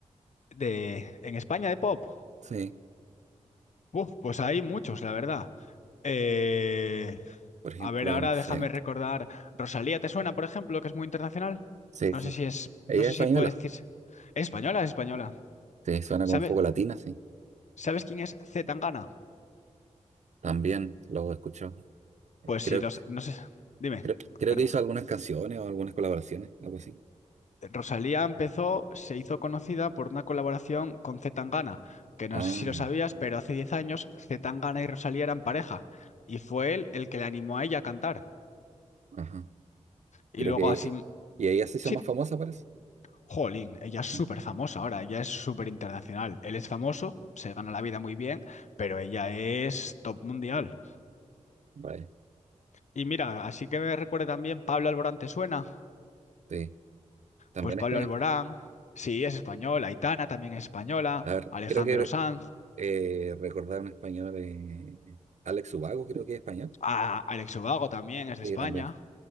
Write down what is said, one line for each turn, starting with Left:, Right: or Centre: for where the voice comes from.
Left: De, en España de pop,
Right: Sí.
Left: Uf, pues hay muchos, la verdad. Eh,
Right: Por ejemplo,
Left: a ver, ahora
Right: no sé.
Left: déjame recordar. Rosalía, ¿te suena, por ejemplo, que es muy internacional?
Right: Sí,
Left: No
Right: sí,
Left: sé si
Right: sí.
Left: es,
Right: Ella
Left: no sé
Right: es española.
Left: si puede decirse. ¿Es española, es española.
Right: Sí, suena
Left: ¿Sabes,
Right: como un poco latina, sí.
Left: sabes quién es C. Tangana?
Right: También lo he escuchado. Eh,
Left: Pues
Right: Creo,
Left: sí, los, no sé. Dime,
Right: creo, creo
Left: perdón.
Right: que hizo algunas canciones o algunas colaboraciones, algo así.
Left: Rosalía empezó, se hizo conocida por una colaboración con C. Tangana, que
Right: Ah,
Left: no sé si lo sabías, pero hace 10 años C. Tangana y Rosalía eran pareja, y fue él el que le animó a ella a cantar.
Right: ajá.
Left: Y
Right: Creo
Left: luego
Right: que.
Left: así,
Right: Y ella se hizo
Left: sí,
Right: más famosa, parece.
Left: Jolín, ella es súper
Right: Sí.
Left: famosa ahora, ella es súper internacional. Él es famoso, se gana la vida muy bien, pero ella es top mundial.
Right: Vale.
Left: Y mira, así que me recuerda también Pablo Alborán, ¿te suena?
Right: Sí. También
Left: Pues Pablo
Right: español.
Left: Alborán, sí, es español, Aitana también es española,
Right: A ver,
Left: Alejandro
Right: creo que
Left: Sanz,
Right: eh, recordar un español. eh, Alex Ubago, creo que es español.
Left: a- Alex Ubago también es de
Right: Sí,
Left: España.
Right: también.